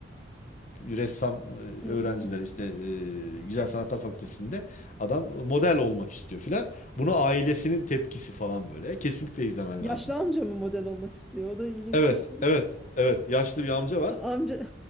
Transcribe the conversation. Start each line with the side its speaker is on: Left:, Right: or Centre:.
Left: bir ressam e,
Centre: Hı
Left: öğrenciler
Centre: hı.
Left: işte e, Güzel Sanatlar Fakültesi'nde adam model olmak istiyor filan. bunu ailesinin tepkisi falan böyle. Kesinlikle izlemen
Centre: Yaşlı
Left: lazım.
Centre: amca mı model olmak istiyor? O da ilginçmiş.
Left: Evet, evet, evet. Yaşlı bir amca var.
Centre: <laughs> Amca.